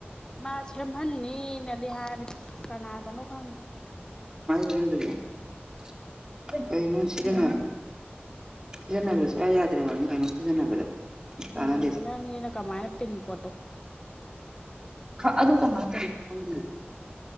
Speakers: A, on the left; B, on the right.
A: ꯃꯥ ꯁꯦꯝꯍꯟꯅꯤꯅꯗꯤ ꯍꯥꯏꯕꯗꯤ ꯀꯅꯥꯗꯅꯣ ꯈꯪꯅꯤꯦ
B: ꯣꯩꯅ ꯁꯤꯗꯅ ꯁꯤꯖꯤꯟꯅꯕꯗ ꯁꯨꯡꯌꯥ ꯌꯥꯗ꯭ꯔꯦ ꯋꯥꯅꯤ ꯀꯩꯅꯣꯝ ꯁꯤꯖꯤꯟꯅꯕꯗ ꯆꯥꯟꯅꯗꯦ
A: ꯎꯝꯪꯅ ꯀꯃꯥꯏ ꯇꯤꯤꯟꯀꯣ
B: ꯑꯗꯨ ꯀꯃꯥꯏ ꯇꯧꯔꯤ